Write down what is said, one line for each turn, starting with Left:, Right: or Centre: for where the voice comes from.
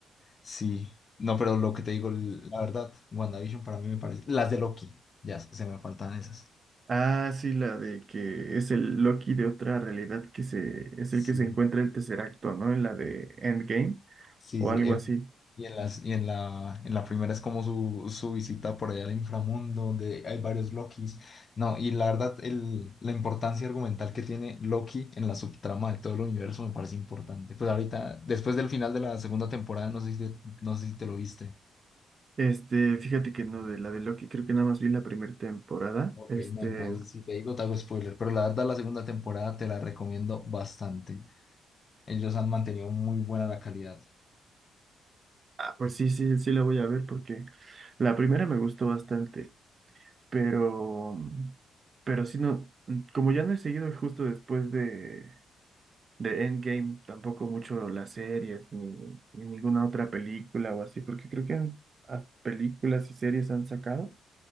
Left: Sí, no, pero lo que te digo, la verdad, WandaVision para mí me parece. Las de Loki, ya se me faltan esas.
Right: Ah, sí, la de que es el Loki de otra realidad que se, es
Left: sí
Right: el que se encuentra el tercer acto, ¿no? En la de Endgame
Left: Sí,
Right: o
Left: sí,
Right: algo
Left: eh,
Right: así.
Left: y en las, y en la, en la primera es como su, su visita por allá al inframundo, donde hay varios Lokis. No, y la verdad, el, la importancia argumental que tiene Loki en la subtrama de todo el universo me parece importante. Pues ahorita, después del final de la segunda temporada, no sé si te, no sé si te lo viste.
Right: Este, fíjate que no, de la de Loki, creo que nada más vi la primera temporada.
Left: Ok,
Right: Este,
Left: no, entonces si te digo, te hago spoiler, pero la verdad, la segunda temporada te la recomiendo bastante. Ellos han mantenido muy buena la calidad.
Right: ah, pues sí, sí, sí la voy a ver porque la primera me gustó bastante, pero, pero sí no, como ya no he seguido justo después de de Endgame, tampoco mucho las series, ni, ni ninguna otra película o así, porque creo que han- a- películas y series han sacado.